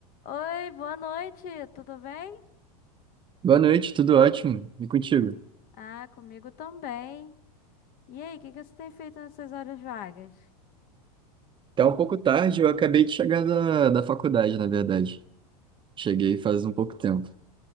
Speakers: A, on the left; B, on the right.
A: Oi, boa noite, tudo bem?
B: Boa noite, tudo ótimo. E contigo?
A: Ah, comigo também. E aí, o que que você tem feito nessas horas vagas?
B: Tá um pouco tarde, eu acabei de chegar da, da faculdade, na verdade. Cheguei faz um pouco tempo.